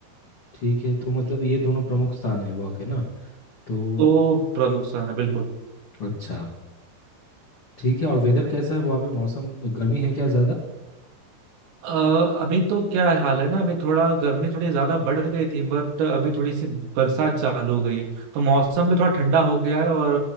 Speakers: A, on the left; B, on the right.
A: ठीक है तो मतलब ये दोनों प्रमुख स्थान है वहाँ के ना तो
B: तो प्रमुख स्थान है बिल्कुल
A: अच्छा ठीक है और वेदर कैसा है वहाँ पे मौसम गर्मी है क्या ज़्यादा
B: अ, अभी तो क्या हाल है ना अभी थोड़ा गर्मी थोड़ी ज्यादा बढ़ गई थी बट अभी थोड़ी सी बरसात चालू हो गई है तो मौसम भी थोड़ा ठंडा हो गया है और